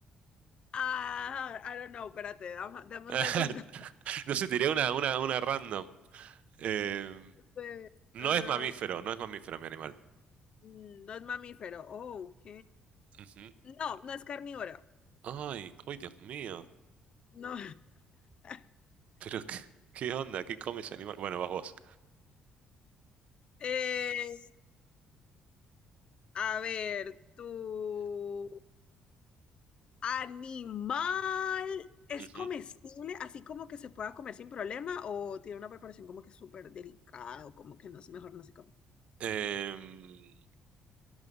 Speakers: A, on the left (about 40°); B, on the right (about 55°).
A: Ah, I don't know, espérate, dame, dame
B: <laughs>
A: un segundo. <laughs>
B: No sé, tiré una, una, una random. Em,
A: Eh,
B: no
A: ah,
B: es mamífero, no es mamífero mi animal.
A: mm, no es mamífero. Oh, ok.
B: Ujú.
A: No, no es carnívoro.
B: Ay, ay, Dios mío.
A: No. <laughs>
B: Pero, ¿qué, qué onda? ¿Qué come ese animal? Bueno, vas vos.
A: Eh, a ver, tú. Animal, ¿es
B: Ujú.
A: comestible así como que se pueda comer sin problema o tiene una preparación como que súper delicada o como que no, es- mejor no se come?
B: Em,